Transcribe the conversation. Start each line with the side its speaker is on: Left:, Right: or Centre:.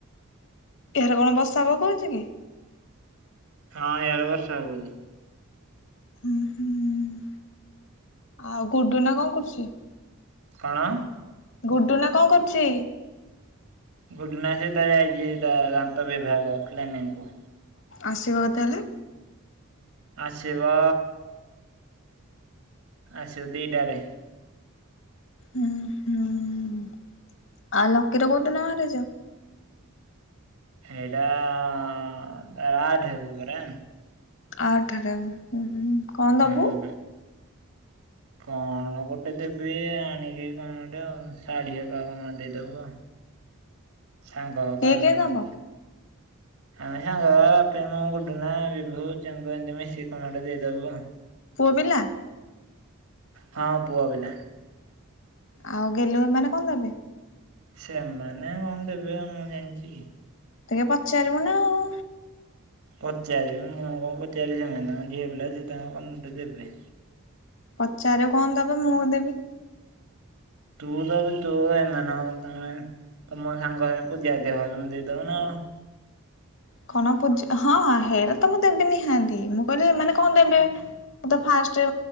Left: ସିଆଡେ କଣ ବର୍ଷା ପକାଉଛି କି?
Right: ହଁ ଏଆଡେ ବର୍ଷା ପକଉଚି‌।
Left: <unintelligible> ଆଉ ଗୁଡୁନା କଣ କରୁଛି?
Right: କଣ?
Left: ଗୁଡୁ ନା କଣ କରୁଛି?
Right: ଗୁଡୁନା ସେତ ତାର ଯାଇଛି ତା ଦାନ୍ତ ବିଭାଗ କ୍ଲିନିଂ କୁ।
Left: ଆସିବ କେତେ ବେଲେ?
Right: ଆସିବ ଆସିବ ଦିଟାରେ।
Left: ହୁଁ ହୁଁ ଆଉ ଲକି ର କୋଉ ଦିନ। <unintelligible>
Right: ହେଇଟା ଆ ଆଠ ଆଡ଼କୁ ପରା।
Left: ଆଠରେ ଉଁ ହୁଁ। କଣ ଦବୁ?
Right: ହୁଁ କଣ ଗୋଟେ ଦେବି ଆଣିକି କଣଟେ ଆଉ ଶାଢୀ ଏକା ଦେଇଦବୁ ଆ। ସାଙ୍ଗ ହେବା
Left: କିଏ କିଏ
Right: ସମସ୍ତେ।
Left: ଦବ?
Right: ଆମେ ସାଙ୍ଗ ବାପି, ମୁଁ, ଗୁଡୁନା, ବିଭୂ, ଚିଙ୍ଗୁ ଏମିତି ମିଶିକି କଣଟେ ଦେଇଦବୁ ଆ
Left: ପୁଅ ପିଲା।
Right: ହଁ ପୁଅ ପିଲା।
Left: ଆଉ ଗେଲୁ ଏମାନେ କଣ ଦେବେ?
Right: ସେମାନେ କଣ ଦେବେ ମୁଁ ଜାଣିଛିି କି?
Left: ଟିକେ ପଚାରିବୁ ନା ଆଉ।
Right: ପଚାରିବି ମୁଁ କଣ ପଚାରିବି ସେମାନେ ତାଙ୍କ ଝିଅ ପିଲା ସେ ତାଙ୍କ କଣ ଟେ ଦେବେ।
Left: ପଚାରିବୁ କଣ ଦବ ମୁଁ ଦେବି।
Right: ତୁ ଦବୁ ତୁ ଏମାନଙ୍କ ତମେ ତମ ସାଙ୍ଗ ସା ପୂଜା ଦିଅ ତମେ ଦେଇଦବନା ଆଉ।
Left: କଣ ପୂଜ ହଁ ହେଇରା ତ ମୁଁ ଦେବିିନିହାନ୍ତି ମୁଁ କହିଲି ଏମାନେ କଣ ଦେବେ ମୁଁ ତ ଫାଷ୍ଟ